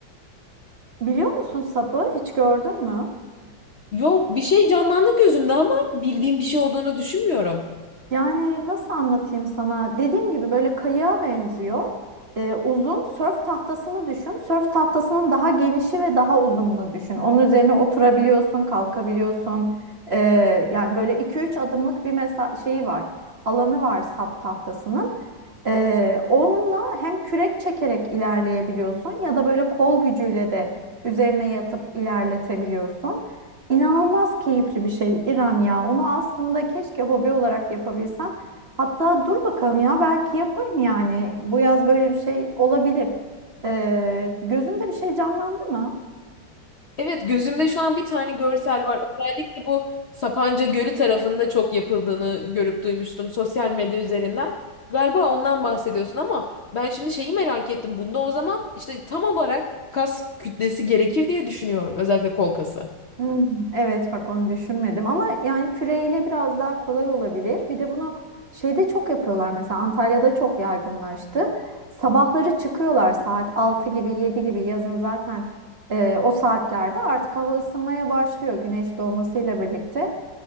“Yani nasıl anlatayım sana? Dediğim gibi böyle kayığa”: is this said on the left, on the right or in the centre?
Right